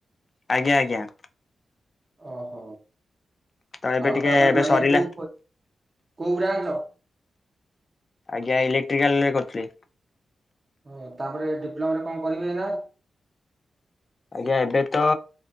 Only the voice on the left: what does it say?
ଆଜ୍ଞା ଆଜ୍ଞା।
ତ ଏବେ
ଟିକେ
ଏବେ
ସରିଲା
ଆଜ୍ଞା ଇଲେକ୍ଟ୍ରିକାଲ ରେ କରିଥିଲି।
ଆଜ୍ଞା ଏବେ ତ